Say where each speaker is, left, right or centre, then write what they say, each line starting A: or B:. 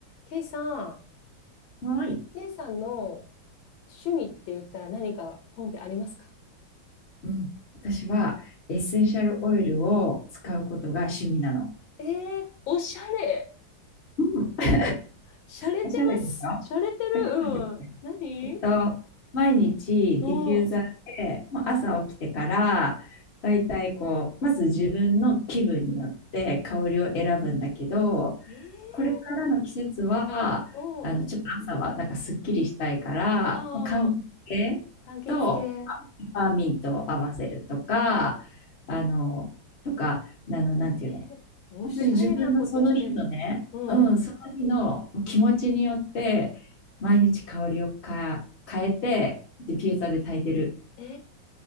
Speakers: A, on the left (about 80°); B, on the left (about 40°).
A: ケイさん、
B: はい。
A: ケイさんの趣味って言ったら何かポンってありますか
B: うん、私はエッセンシャルオイルを使うことが趣味なの。
A: えー、おしゃれ。
B: うん。
A: しゃれてます。
B: おしゃれでしょ
A: しゃれてる。
B: おしゃれ
A: うん。何
B: えっと、毎日ディフューザーで、
A: うん。
B: もう朝起きてから、だいたいこう、まず自分の気分によって香りを選ぶんだけど、
A: えー、
B: これからの季節は、
A: うん。
B: あの、ちょっと朝はなんかすっきりしたいから、
A: ああ、
B: まあ、柑橘系と、
A: 柑橘系。
B: パーミントを合わせるとか、あの、とか、あの、なんていうの、
A: えー、おしゃれなことしてる。
B: 本当に自分のその日のね、
A: うん。
B: うん、その日の気持ちによって、毎日香りをか変えて、ディフューザーで炊いてる。
A: えー、